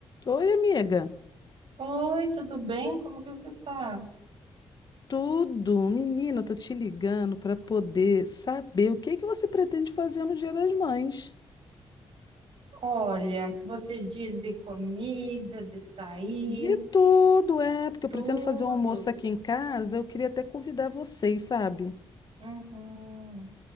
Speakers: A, on the left (about 45°); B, on the right (about 70°).
A: Oi, amiga.
B: Oi, tudo bem? Como que você tá?
A: Tudo, menina, tô te ligando para poder saber o que que você pretende fazer no Dia das Mães.
B: Olha, você diz de comida, de sair,
A: De tudo, é, porque
B: tudo.
A: eu pretendo fazer um almoço aqui em casa, eu queria até convidar vocês, sabe?
B: Uhum.